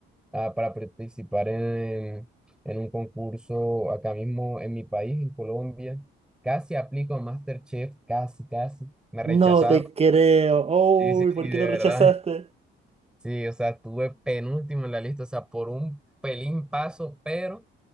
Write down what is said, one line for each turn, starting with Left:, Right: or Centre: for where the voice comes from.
Centre: ah, para participar en, en un concurso acá mismo en mi país, en Colombia. Casi aplico a MasterChef, casi, casi. Me rechazaron
Right: No te creo. Uy,
Centre: Sí, sí, sí,
Right: ¿por
Centre: de
Right: qué lo
Centre: verdad.
Right: rechazaste?
Centre: Sí, o sea, tuve penúltimo en la lista, o sea, por un pelín paso, pero